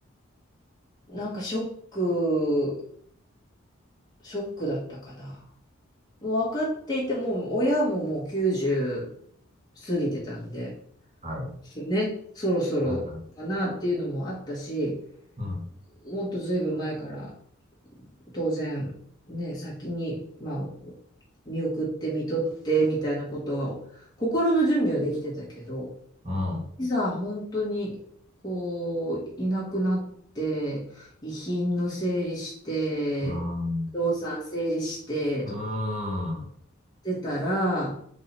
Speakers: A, on the left; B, on the right.
A: なんかショック、ショックだったかな。もう分かっていて、もう親ももう90過ぎてたんで、
B: はい。
A: ね、そろそろかなっていうのもあったし、
B: はい、はい。うん、
A: もっとずいぶん前から当然ね、先に、まあ、見送って見とってみたいなことが、心の準備はできてたけど、
B: うん、
A: いざ本当にこう、いなくなって、遺品の整理して、
B: うん、
A: 不動産整理してとかや
B: うーん。
A: ってたら、